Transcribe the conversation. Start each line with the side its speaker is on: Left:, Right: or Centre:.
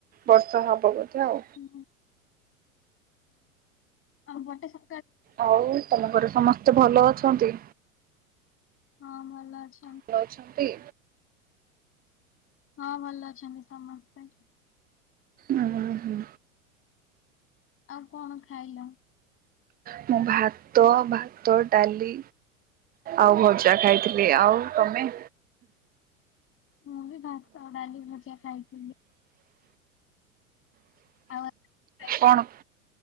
Right: ବର୍ଷା ହବ ବଧେ ଆଉ।
Left: ହୁଁ, ଆଉ ଗୋଟେ ସ
Right: ଆଉ ତମ ଘରେ ସମସ୍ତେ ଭଲ ଅଛନ୍ତି।
Left: ହଁ ଭଲ ଅଛ
Right: ଭଲ ଅଛନ୍ତି।
Left: ହଁ ଭଲ ଅଛନ୍ତି ସମସ୍ତେ।
Right: ନା <unintelligible> ହୁଁ।
Left: ଆଉ କଣ ଖାଇଲ?
Right: ମୁଁ ଭାତ ଭାତ ଡାଲି ଆଉ ଭଜା ଖାଇଥିଲି ଆଉ ତମେ।
Left: ମୁଁ ବି ଭାତ ଆଉ ଡାଲି ଭଜା ଖାଇଥିଲି। ଆଉ
Right: କଣ।